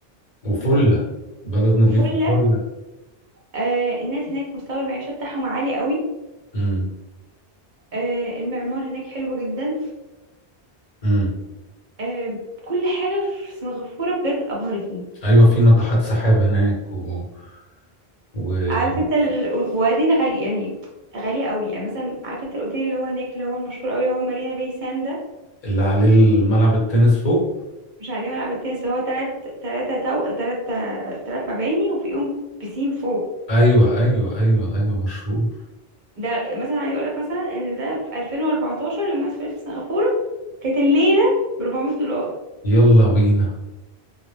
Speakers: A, on the left (about 40°); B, on the right (about 55°).
A: وفلة بلد نضيف
B: <laughs> وفلة
A: فلة
B: آه الناس هناك مستوى المعيشة بتاعهم عالي قوي
A: امم
B: آه المعمار هناك حلو جدا
A: امم
B: آه كل حاجة في سنغافورة بجد أبهرتني
A: أيوة في ناطحات سحاب هناك و... واللي
B: عارف انت ال... وبعدين غالي يعني غالية قوي يعني مثلا عارف انت الاوتيل اللي هو هناك اللي هو المشهور قوي اللي هو مارينا باي ساند
A: عليه الملعب التنس فوق
B: مش عليه ملعب التنس اللي هو تلات تلاتة تو تلات تلات مباني وفيهم بيسين فوق
A: ايوه ايوه ايوه ايوه مشهور
B: ده مثلا عايز اقول لك مثلا ان ده في 2014 لما سافرت سنغافورة كانت الليلة ب 400 دولار
A: يلا بينا